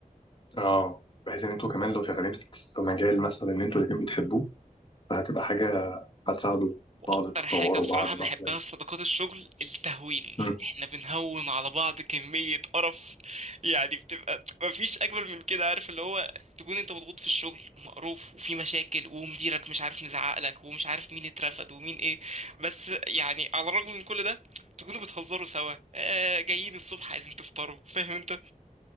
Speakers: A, on the left; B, on the right.
A: اه بحيث ان انتوا كمان لو شغالين في في مجال مثلا ان انتوا الاتنين بتحبوه فهتبقى حاجة هتساعدوا
B: واكتر
A: بعض تطوروا
B: حاجة بصراحة
A: بعض بقى
B: بحبها في صداقات الشغل التهوين
A: مم.
B: احنا بنهون على بعض كمية قرف يعني بتبقى مفيش اجمل من كده عارف اللي هو تكون انت مضغوط في الشغل ومقروف وفي مشاكل ومديرك مش عارف مزعقلك ومش عارف مين اترفد ومين ايه بس يعني على الرغم من كل ده تكونوا بتهزروا سوا آه جايين الصبح عايزين تفطروا فاهم انت